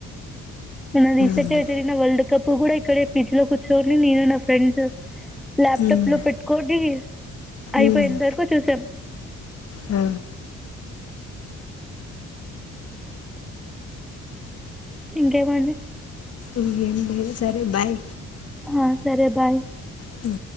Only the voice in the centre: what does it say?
మన రీసెంట్రి
వర్ల్డ్ కప్ కూడా ఇక్కడ పిచ లో చోని నేను నా ఫ్రెండ్స్ ల్యాప్టాప్
లో పెట్టుకోండి అయిపోయి
ఎంతవరకు చూసాం
ఇంకేమంది
ఆ సరే బాయ్